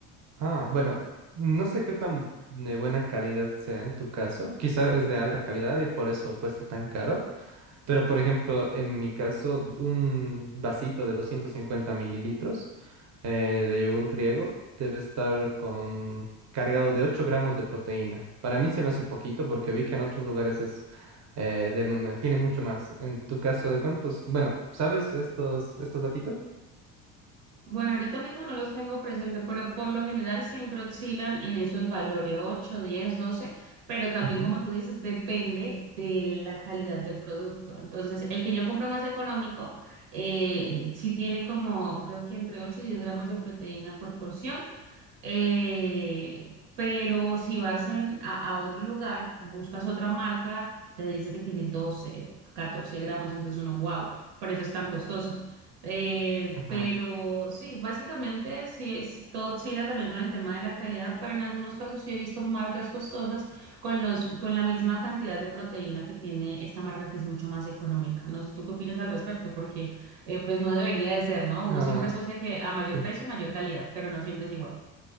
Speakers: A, on the right; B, on the right.
A: Ah, bueno, no sé qué tan de buena calidad sea en tu caso. Quizá es de alta calidad y por eso cuesta tan caro. Pero, por ejemplo, en mi caso, un vasito de 250 mililitros eh, de yogur griego debe estar con, cargado de 8 gramos de proteína. Para mí se me hace poquito porque vi que en otros lugares es, eh, de m- tiene mucho más. En tu caso, ¿de cuántos? Bueno, ¿sabes estos, estos datitos?
B: Bueno, ahorita mismo no los tengo presente, pero por lo general siempre oscilan en esos valores, 8, 10, 12, pero también
A: Ujú,
B: como tú dices, depende de la calidad del producto. Entonces, el que yo compro más económico, eh, sí tiene como, creo que entre 8 y 10 gramos de proteína por porción, eh, pero si vas en- a, a otro lugar, buscas otra marca, te dice que tiene 12, 14 gramos, entonces uno, wow, por eso es tan costoso. Eh,
A: ujú.
B: pero sí, básicamente sí, es, todo oscila también con el tema de la calidad, pero en algunos casos sí he visto marcas costosas con los, con la misma cantidad de proteína que tiene esta marca que es mucho más económica. No sé, ¿tú qué opinas al respecto? Porque eh, pues no debería de ser, ¿no? Uno
A: Ah,
B: siempre asocia que a mayor
A: sí.
B: precio, mayor calidad, pero no siempre es igual.